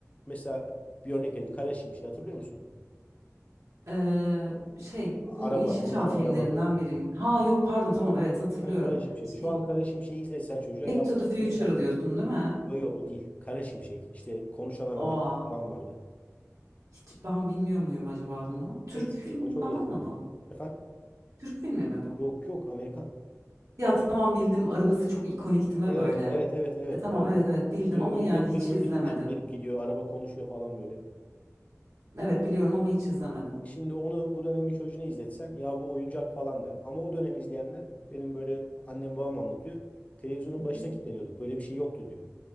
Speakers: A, on the left; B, on the right.
A: mesela bir örnek vereyim Kara Şimşek hatırlıyor musun?
B: Ee, şey bu
A: Araba
B: Yeşilçam
A: konuşan
B: filmlerinden
A: araba böyle.
B: biri. mi? Ha yok pardon tamam evet hatırlıyorum.
A: Ha, Kara Şimşek.
B: Şey,
A: Şu an Kara Şimşek'i izlesen çocuğa
B: Back
A: ya
B: to
A: bu
B: the Future
A: oyuncak.
B: diyorsun değil mi?
A: Yo yo o değil. Kara Şimşek. İşte konuşan araba
B: Aa,
A: falan vardı.
B: hiç ben bilmiyor muyum acaba bunu? Türk
A: Eski.
B: filmi
A: O çok
B: falan
A: eski.
B: mı bu?
A: Efendim?
B: Türk filmi mi bu?
A: Yok yok Amerikan.
B: Ya tamam bildim arabası çok ikonik mi
A: Evet
B: böyle?
A: evet evet evet
B: E, tamam
A: evet.
B: evet evet bildim
A: Böyle
B: ama
A: önünde
B: yani hiç
A: kırmızı
B: izlemedim.
A: bir ışık gelip gidiyor. Araba konuşuyor falan böyle.
B: Evet biliyorum ama hiç izlemedim.
A: Şimdi onu bu dönemin çocuğuna izletsen ya bu oyuncak falan der. Ama o dönem izleyenler benim böyle annem babam anlatıyor. Televizyonun
B: Hı hı.
A: başına kilitleniyorduk. Böyle bir şey yoktu diyor.